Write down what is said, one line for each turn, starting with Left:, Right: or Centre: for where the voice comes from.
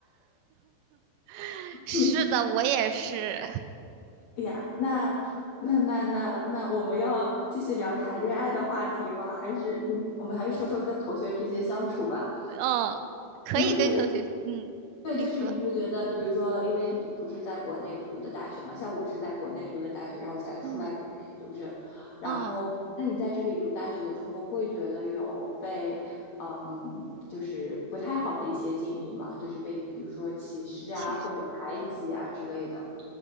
Right: <laughs> 是的，
Left: 嗯
Right: 我也是，
Left: 哎呀，那那那那那，我们要继续聊谈恋爱的话题吗？还是你，我们还是说说跟同学之间相处吧。
Right: 嗯，可以跟同学，
Left: 你会觉得，
Right: 嗯，
Left: 对，
Right: 你说，
Left: 就是你会觉得，比如说，因为你不是在国内读的大学嘛，像我是在国内读的大学，然后才出来读的研究生，
Right: 嗯
Left: 然后，
Right: 嗯，
Left: 那你在这里读大学的时候，会觉得有被，嗯，就是不太好的一些经历嘛，就是被比如说歧视啊，
Right: 其实。
Left: 或者排挤啊之类的。